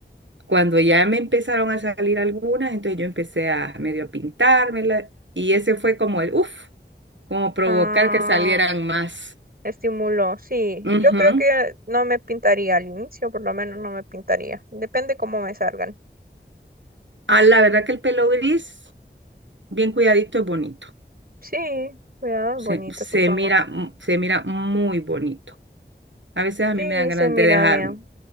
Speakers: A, on the right (about 80°); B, on the right (about 55°).
A: Cuando ya me empezaron a salir algunas, entonces yo empecé a medio pintármelas y ese fue como el, uff, como provocar
B: Ah,
A: que salieran más.
B: Estímulo, sí.
A: Ujú.
B: Yo creo que no me pintaría al inicio, por lo menos no me pintaría. Depende cómo me salgan.
A: Ah, la verdad que el pelo gris bien cuidadito es bonito.
B: Sí, cuidado es
A: Se,
B: bonito,
A: se
B: supongo.
A: mira, mu- se mira muy bonito. A veces a
B: Sí,
A: mí me dan ganas
B: se mira
A: de dejarme.
B: bien.